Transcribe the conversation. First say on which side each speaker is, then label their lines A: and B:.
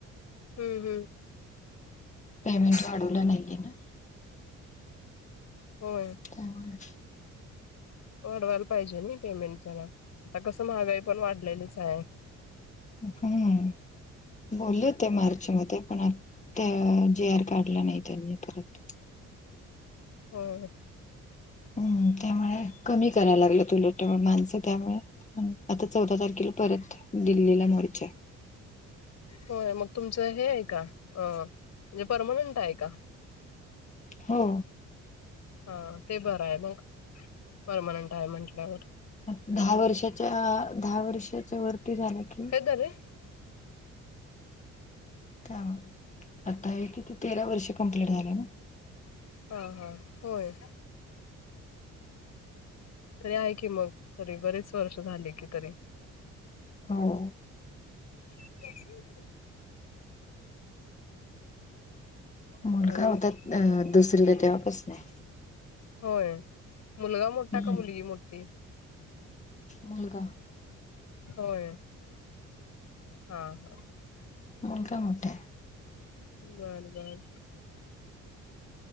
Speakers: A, on the left; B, on the left.
A: हम्म हम्म.
B: पेमेंट वाढवल नाही तिनं.
A: होय
B: त्यामुळे.
A: वाढवायला पाहिजे ना पेमेंट जरा, आता कसं महागाई पण वाढलेलीच आहे.
B: हम्म. बोलल होते मार्चमध्ये पण ते जी आर काढला नाही त्यांनी परत.
A: होय.
B: हम्म, त्यामुळे कमी करायला लागलं उलट माणसं त्यामुळे आता चौदा तारखेला परत दिल्लीला मोर्चा आहे.
A: होय मग तुमचं हे आहे का? अ म्हणजे परमनंट आहे का?
B: हो.
A: हा ते बरं आहे. मग परमनंट आहे म्हटल्यावर.
B: दहा वर्षाच्या, दहा वर्षाच्या वरती झाल्या की
A: झाले.
B: काय मग, आता हे किती तेरा वर्ष कंप्लीट झाले ना.
A: हा, हा होय. तरी आहे की मग, तरी बरीच वर्ष झाली कि तरी
B: हो.
A: <inaudible>
B: मुलगा
A: आणि
B: होतात अ दुसरीला तेव्हा पासून आहे.
A: होय, मुलगा मोठा
B: हम्म
A: का मुलगी मोठी?
B: मुलगा.
A: होय. हा.
B: मुलगा मोठा आहे.
A: बर, बर.